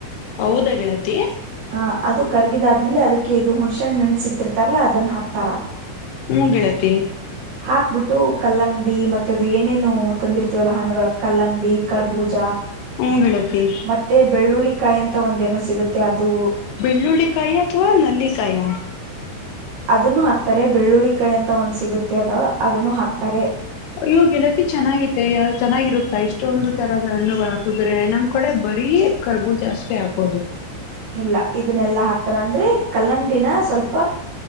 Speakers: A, on the left; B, on the right.
A: ಹೌದಾ ಗೆಳತಿ
B: ಹ ಅದು ಕರ್ಗಿದಾದ್ಮೇಲೆ ಅದಕ್ಕೆ ಇದು ಹುಣಿ ಹುಣಸೆ ಹಣ್ಣನ್ ಇಟ್ಟಿರ್ತಾರಲ್ಲಾ ಅದನ್ನ ಹಾಕ್ತಾರಾ.
A: ಹೂ ಗೆಳತಿ.
B: ಹಾಕ್ಬಿಟ್ಟು ಕಲ್ಲಂಗಡಿ ಮತ್ತೆ ಅದು ಏನೇನು ತಂದಿರ್ತಿವಲ್ಲ ಹಣ್ಣುಗಳ ಕಲ್ಲಂಗಡಿ, ಕರ್ಬೂಜ
A: ಹ್ಮ್ ಗೆಳತಿ
B: ಮತ್ತೆ ಬೆಳ್ಳುಳ್ಳಿಕಾಯಿ ಅಂತ ತ್ತ ಒಂದ ಏನೋ ಸಿಗುತ್ತೆ ಅದು
A: ಬೆಳ್ಳುಳ್ಳಿಕಾಯಿ ಅಥವಾ ನಲ್ಲಿಕಾಯ.
B: ಅದನ್ನು ಹಾಕ್ತಾರೆ ಬೆಳ್ಳುಳ್ಳಿಕಾಯಿ ಅಂತ ಒಂದ್ ಸಿಗುತ್ತೆ ಅದ ಅದನ್ನು ಹಾಕ್ತಾರೆ.
A: ಅಲ್ಲೂ ಗೆಳತಿ ಚೆನ್ನಾಗೈತೆಯ ಚೆನ್ನಾಗಿರುತ್ತಾ ಇಷ್ಟೊಂದು ತರಹದ ಹಣ್ಣುಗಳ ಬರೇ ನಮ್ ಕಡೆ ಬರೀ ಕರ್ಬುಜಾ ಅಷ್ಟೇ ಹಾಕೋದು.
B: ಇಲ್ಲಾ ಇದನ್ನ ಎಲ್ಲಾ ಹಾಕ್ತಾರ ಅಂದ್ರೆ ಕಲ್ಲಂಡಿನ ಸ್ವಲ್ಪ